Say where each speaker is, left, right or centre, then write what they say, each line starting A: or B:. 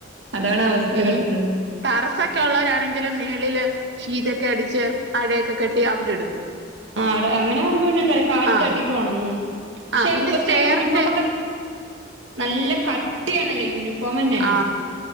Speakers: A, on the right; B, on the right.
A: അതാണ് അവസ്ഥ
B: ഈ
A: കടക്ണത്.
B: ടെറസൊക്കെ ഉള്ളവരാണെങ്കില് മേളില് ശീറ്റോക്കെ അടിച്ച് അഴക്കെ കെട്ടി അവിടെ ഇടും.
A: ആ ആട അങ്ങനാവുമ്പം പിന്നെ എന്താ റിയോ കാറ്റ്
B: ആഹ്
A: തട്ടിട്ട് ഉണങ്ങും. ക്ഷെ
B: ആഹ് പിന്നെ
A: ഇപ്പത്തെ
B: സ്റ്റെയറിന്റെ
A: യൂണിഫോമക്കെൻത് നല്ല കട്ടിയാണല്ലേ യൂണിഫോം തന്നെ
B: ആ